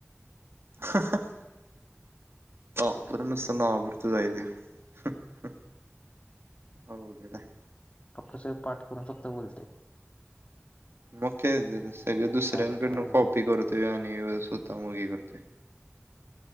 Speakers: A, on the right; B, on the left.
A: हा हा हा ऑफर नुसती नावापुरतीच आहे ती अवघड हाय
B: आपल सर पाठ करून फक्त बोलतयं
A: मग ते सगळ दुसऱ्यांकडन
B: डायरेक्ट काय
A: कॉपी करतोय आणि स्वतः मोगी करतोय.